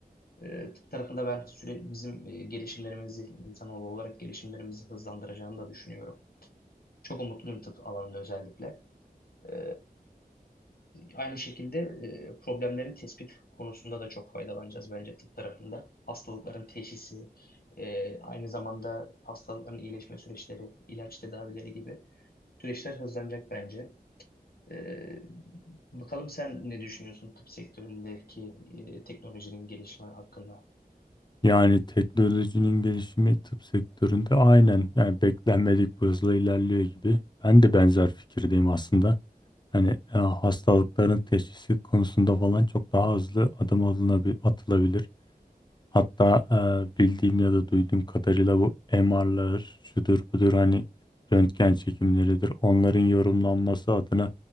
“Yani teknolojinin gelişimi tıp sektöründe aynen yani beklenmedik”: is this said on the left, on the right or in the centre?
Left